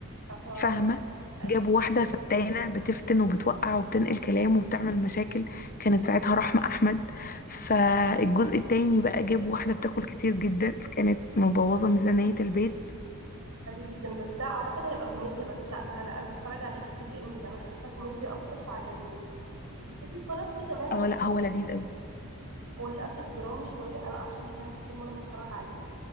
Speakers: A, on the right; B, on the left.
A: اها
B: فاهمة
A: ايوه
B: جاب واحدة فتانة بتفتن وبتوقع وبتنقل كلام وبتعمل مشاكل كانت ساعتها رحمة أحمد فالجزء التاني بقى جاب واحدة بتاكل كتير جدا فكانت مبوظة ميزانية البيت
A: حلو جدا بس ده اعتقد هيبقى كوميديا بس لا ده لا انا هتفرج عليه في الويك اند ده انا حاساه كوميديا اكتر فعجبني بصي اتفرجت كمان على
B: اه لا
A: مسلسل
B: هو لذيذ أوي
A: هو للأسف درامي شوية أنا أعصابي تعبت طول ما أنا بتفرج عليه